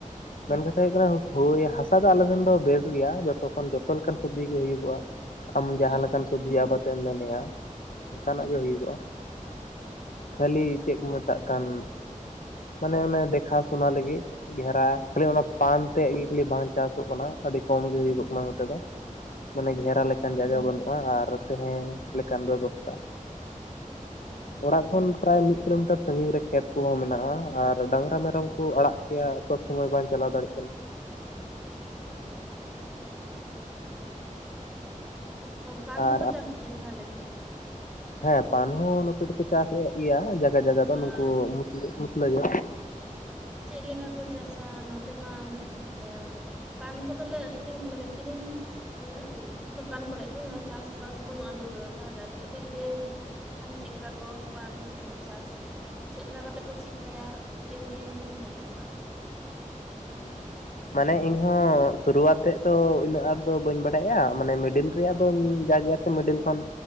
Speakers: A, on the left (about 80°); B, in the centre.
A: ᱢᱮᱱ ᱠᱟᱛᱷᱟ ᱦᱩᱭᱩᱜ ᱠᱟᱱᱟ ᱦᱳᱭ ᱦᱟᱥᱟ ᱫᱚ ᱟᱞᱮᱥᱮᱱ ᱫᱚ ᱵᱮᱥ ᱜᱮᱭᱟ ᱡᱚᱛᱚ ᱠᱷᱚᱱ ᱡᱚᱛᱚ ᱞᱮᱠᱟᱱ ᱥᱚᱵᱽᱡᱤ ᱜᱮ ᱦᱩᱭᱩᱜᱚᱜᱼᱟ᱾ ᱟᱢ
B: ᱦᱩᱸ
A: ᱡᱟᱦᱟᱸ ᱞᱮᱠᱟᱱ ᱥᱚᱵᱽᱡᱤ ᱟᱵᱟᱛᱮᱢ ᱢᱮᱱᱮᱜᱼᱟ ᱚᱱᱠᱟᱱᱟᱜ
B: ᱦᱩᱸ
A: ᱜᱮ ᱦᱩᱭᱩᱜᱚᱜᱼᱟ᱾ ᱠᱷᱟᱹᱞᱤ ᱪᱮᱫ ᱠᱚ ᱢᱮᱛᱟᱜ ᱠᱟᱱ ᱢᱟᱱᱮ ᱚᱱᱮ ᱫᱮᱠᱷᱟ ᱥᱩᱱᱟ ᱞᱟᱹᱜᱤᱫ ᱜᱷᱮᱨᱟ ᱠᱷᱟᱹᱞᱤ ᱚᱱᱟ ᱯᱟᱱ ᱛᱮᱜ ᱜᱮ ᱠᱷᱟᱹᱞᱤ ᱵᱟᱝ ᱪᱟᱥᱚᱜ ᱠᱟᱱᱟ ᱟᱹᱰᱤ ᱠᱚᱢ ᱜᱮ ᱦᱩᱭᱩᱜᱚᱜ ᱠᱟᱱᱟ ᱱᱚᱛᱮ ᱫᱚ᱾ ᱢᱟᱱᱮ
B: ᱚ
A: ᱜᱷᱮᱨᱟ ᱞᱮᱠᱟᱱ ᱡᱟᱭᱜᱟ ᱵᱟᱹᱱᱩᱜᱼᱟ ᱟᱨ ᱛᱟᱦᱮᱸ ᱞᱮᱠᱟᱱ ᱵᱮᱵᱚᱥᱛᱷᱟ᱾
B: ᱦᱮᱸ
A: ᱚᱲᱟᱜ ᱠᱷᱚᱱ ᱯᱨᱟᱭ ᱢᱤᱫ ᱠᱤᱞᱳᱢᱤᱴᱟᱨ ᱥᱟᱺᱜᱤᱧ ᱨᱮ ᱠᱷᱮᱛ ᱠᱚᱦᱚᱸ ᱢᱮᱱᱟᱜᱼᱟ᱾ ᱟᱨ ᱰᱟᱝᱨᱟ ᱢᱮᱨᱚᱢ ᱠᱚ ᱟᱲᱟᱜ ᱠᱮᱭᱟ ᱥᱚᱵᱽ ᱥᱚᱢᱚᱭ ᱵᱟᱝ ᱪᱟᱞᱟᱣ ᱫᱟᱲᱮᱭᱟᱜ ᱠᱟᱱᱟ᱾
B: ᱯᱟᱱ ᱦᱚᱸᱠᱚ
A: ᱟᱨ
B: ᱪᱟᱥ ᱜᱮᱭᱟ ᱛᱟᱦᱚᱞᱮ᱾
A: ᱦᱮᱸ ᱯᱟᱱ ᱦᱚᱸ ᱱᱚᱛᱮ ᱫᱚᱠᱚ ᱪᱟᱥᱮᱫ ᱜᱮᱭᱟ ᱡᱟᱭᱜᱟ ᱡᱟᱭᱜᱟ ᱫᱚ ᱱᱩᱠᱩ
B: ᱟᱨ
A: ᱢᱩᱥᱞᱟᱹ ᱢᱩᱥᱞᱟᱹ ᱜᱮᱼᱼ
B: ᱪᱮᱫ ᱞᱮᱠᱟ ᱠᱚ ᱪᱟᱥᱟ ᱱᱚᱛᱮ ᱢᱟ ᱢᱟᱱᱮᱼᱼ ᱯᱟᱱ ᱠᱚᱫᱚᱞᱮ ᱟᱠᱷᱨᱤᱧ ᱢᱟᱱᱮ ᱠᱤᱨᱤᱧ ᱚᱱᱮ ᱫᱚᱠᱟᱱ ᱠᱚᱨᱮ ᱠᱚ ᱪᱟᱥ ᱵᱟᱥ ᱵᱟᱹᱱᱩᱜᱼᱟ ᱱᱚᱛᱮ ᱫᱚ ᱛᱟᱦᱚᱞᱮ ᱟᱫᱚ ᱠᱟᱹᱴᱤᱡ ᱮᱢ ᱞᱟ. ᱭᱤᱧ ᱠᱷᱟᱱ ᱪᱮᱫᱠᱟ ᱠᱚ ᱯᱟᱱ ᱪᱮᱫᱠᱟ ᱠᱚ ᱪᱟᱥᱼᱟ ᱪᱮᱫ ᱞᱮᱠᱟ ᱠᱟᱛᱮᱜ ᱠᱚ ᱪᱤᱠᱟᱭᱟ ᱠᱟᱹᱴᱤᱡ ᱮᱢ ᱞᱟᱹᱭᱟᱹᱧ ᱾ ᱮᱠᱷᱟᱱ ᱵᱷᱟᱜᱤ ᱠᱚᱜ-ᱟ ᱟᱨ ᱪᱮᱫ
A: ᱦᱩᱸ ᱢᱟᱱᱮ ᱤᱧᱦᱚᱸ ᱥᱩᱨᱩᱣᱟᱛ ᱛᱮᱫ ᱫᱚ ᱤᱱᱟᱹᱜ ᱟᱸᱴ ᱫᱚ ᱵᱟᱹᱧ ᱵᱟᱲᱟᱭᱮᱼᱟ ᱢᱟᱱᱮ ᱢᱤᱰᱤᱞ ᱨᱮᱭᱟᱜ ᱫᱚᱧ ᱡᱟᱜᱮ ᱢᱤᱰᱤᱞ ᱠᱷᱚᱱ